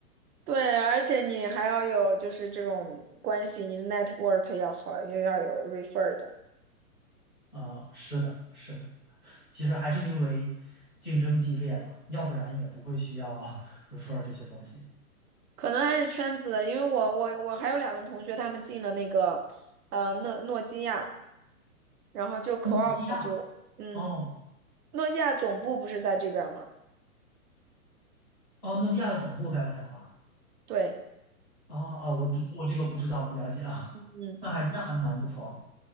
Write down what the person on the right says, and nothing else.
对，而且你还要有就是这种关系，你的 network 要好，又要有 refer 的，
可能还是圈子的，因为我我我还有两个同学，他们进了那个呃诺诺基亚，然后就 co-op
就嗯，
诺基亚总部不是在这边儿吗？
对，
嗯，